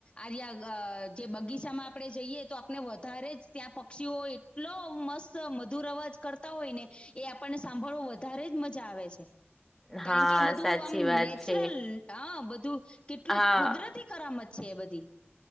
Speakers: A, on the left (about 25°); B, in the centre.
A: આર્યા અ જે બગીચામાં આપણે જઈએ તો આપણે વધારે જ ત્યાં પક્ષીઓ એ ટલો મસ્ત મધુર અવાજ કરતા હોય ને એ આપણને સાંભળવો વધારે જ મજા આવે છે.
B: હા
A: કારણ કે, એ બધું
B: સાચી
A: આમ
B: વાત
A: નેચરલ
B: છે
A: હા, બધું કેટલું
B: હા
A: કુદરતી કરામત છે એ બધી.